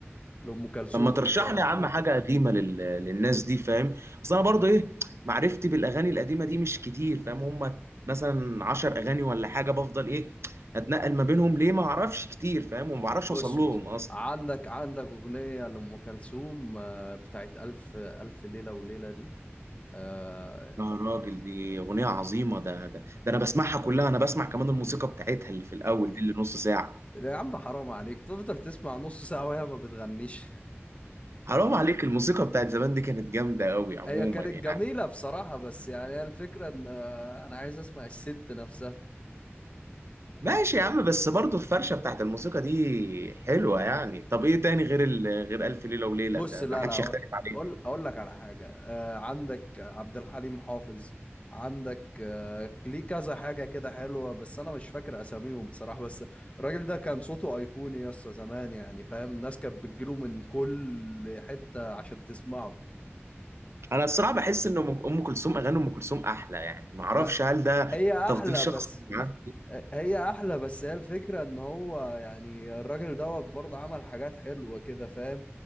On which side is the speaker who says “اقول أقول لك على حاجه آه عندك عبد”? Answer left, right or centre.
Left